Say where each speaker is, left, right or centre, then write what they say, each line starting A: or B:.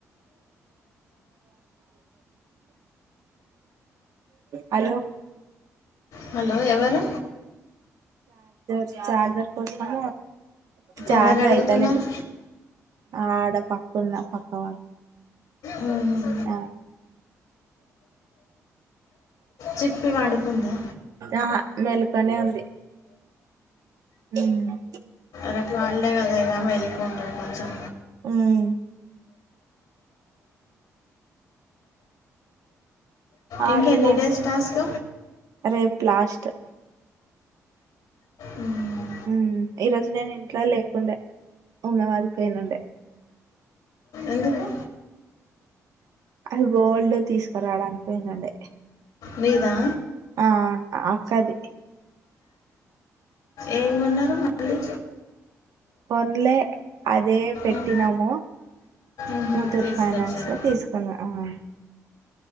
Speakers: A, on the right; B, on the left.
A: హలో
B: హలో ఎవరు
A: చ్ చార్జర్ కోసం చార్జ్
B: ఎవరు అడుగుతున్నారు
A: ఒక్ అయితలేద్ ఆ ఆడ పక్కను ఉన్న పక్క వాళ్ళ
B: ఉమ్,
A: ఆ
B: చెప్పే పండుకుందా
A: ఆహా మెలకనే ఉంది మ్ హ
B: రేపు హోలీడే కదా ఇగ మెలుకు ఉంటాదీ కొంచెం
A: మ్
B: ఇంకెన్ని
A: అలుమో
B: డేస్ టాస్క్
A: రేపు లాస్ట్
B: ఉమ్,
A: ఉమ్ ఈరోజు నేను ఇంట్లో లేకుండే ఉన్నవరకు ఏనుండే
B: ఎందుకు
A: అది గోల్డ్ తీసుకురాడానికి పోయీనుండే
B: మీదా
A: అ అక్కది
B: ఏం కొన్నారు మళ్ళీ
A: కొన్లే అదే పెట్టినము
B: ఉమ్, ఉహుం,
A: ముత్తూట్
B: తీసుకొచ్చారు
A: ఫైనాన్స్ లో తీసుకున్న అ